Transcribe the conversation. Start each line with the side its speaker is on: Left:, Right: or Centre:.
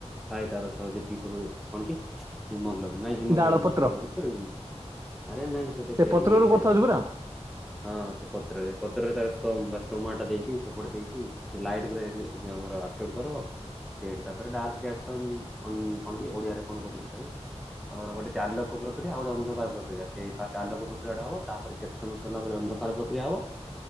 Centre: ଥାଏ ତାର ସହ ଯେତିକି ସବୁ କଣ ତି ହିମୋଗ୍ଲୋବିନ୍ ନାଇଁ ହିମୋଗ୍ଲୋବିନ୍
Right: ଡାଳ
Centre: ନୁହେଁ
Right: ପତ୍ର
Centre: ହିମୋଗ୍ଲୋବିନ୍ ତ ଆରେ ନାଇଁ ସେଟା ସେ
Right: ପତ୍ରରୁ
Centre: ଇଏ
Right: କଥା
Centre: ଥାଏ।
Right: ହଉଛୁ ପରା।
Centre: ହଁ ସେ ପତ୍ରରେ ପତ୍ରରେ ତାର ସ୍ତମ୍ ବା ଷ୍ଟୋମାଟୋ ଦେଇକି ସେପଟେ ଦେଇକି ସେ ଲାଇଟ୍ ପୂରା ଏ ଯୋଉ ଯୋଉ ଆମର ଆସେପ୍ଟ କରିବ। ସେଇଠି ତାପରେ ଡାର୍କ ରିଏକ୍ସନ କ କଣ କି ଓଡିଆରେ କଣ କୁହନ୍ତି ତାକୁ ତାପରେ ହଉଚି ଗୋଟେ ଆଲୋକ ପ୍ରକ୍ରିୟା ଆଉ ଗୋଟେ ଅନ୍ଧକାର ପ୍ରକ୍ରିୟା, ସେଇ ଫାଷ୍ଟ ଆଲୋକ ପ୍ରକ୍ରିୟାଟା ହବ ତାପରେ କେତେ ସମୟ ସରିଲା ପରେ ଅନ୍ଧକାର ପ୍ରକ୍ରିୟା ହବ।